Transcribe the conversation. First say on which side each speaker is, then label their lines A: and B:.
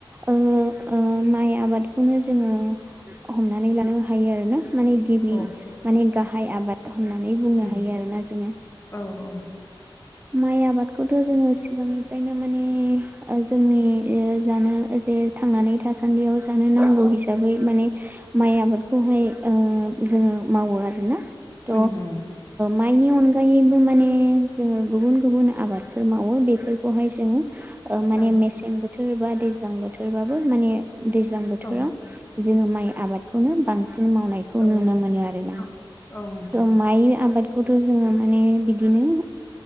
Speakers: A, on the right; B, on the left.
A: ओ-ओ माइ आबादखौनो जोंङो हमनानै लानो हायो आरोना माने गिबि
B: औ
A: माने गाहाय आबाद होननानै बुंनो
B: उम
A: हायो आरोना जोंङो
B: औ औ
A: माइ आबादखौथ' जोङो सिगांनिफ्रायनो माने जोंनि जानो जे थांनानै थासानदियाव जानो नांगौ हिसाबै माने माइ आबादखौहाय ओ जोङो मावो आरोना थ
B: उम उम
A: माइनि अनगायैबो माने जोङो गुबुन गुबुन आबादफोर मावो बेफोरखौहाय जोङो माने
B: औ
A: मेसें बोथोर बा दैज्लां बोथोरबाबो माने दैज्लां बोथोराव
B: औ
A: जोङो माइ आबादखौनो बांसिन मावनाय खौ नुनो
B: औ
A: मोनो आरोना
B: औ औ नोंथां
A: त' माइ आबाद खौथ' जोङो माने बिदिनो